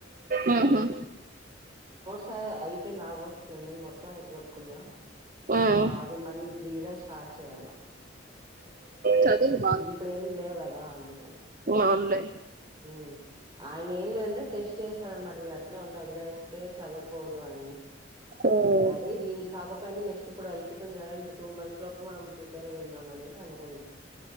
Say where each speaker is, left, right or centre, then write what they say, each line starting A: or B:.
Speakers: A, on the right; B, on the right.
A: ఉహుమ్
B: హా అయిపోయింది ఆల్మోస్ట్ పెండింగ్ మొత్తం అయిపోట్టుకున్నా
A: ఉమ్
B: ఆ అదే మళ్ళీ రీజన్ స్టార్ట్ చేయాల
A: చదువు బాగా
B: ఇంగ్ ఇప్పుడు ఏం లేద్ అడ్ రా అన్నదని
A: అవునులే
B: ఉమ్ ఆయన ఏమి అంటే చేస్తార అనమాట వీళ అట్లా ఉంటే వదిలేస్తే చదువుకోరు అని
A: ఉమ్
B: సరే దీనికి కాకపోయినా నెక్స్ట్ ఇప్పుడు అయిపోతుంది కదా ఇంకా టూ మంత్స్ లోపు మనం ప్రిపేర్ అయిి ఉందంమనేసి అనుకున్నాం